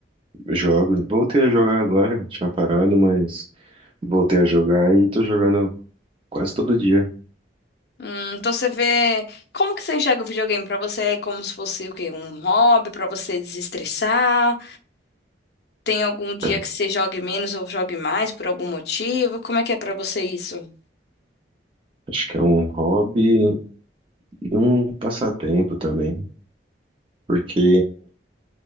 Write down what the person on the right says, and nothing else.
jogo. Voltei a jogar agora. Tinha parado, mas voltei a jogar e tô jogando quase todo dia.
<laughs>
Acho que é um hobby e um passatempo também, porque